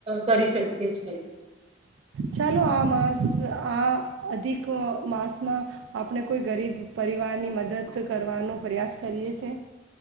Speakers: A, on the right; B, on the right.
A: કરી શકીએ છે
B: ચાલો આ માસ આ અધિક માસમાં આપણે કોઈ ગરીબ પરિવારની મદદ કરવાનો પ્રયાસ કરીએ છે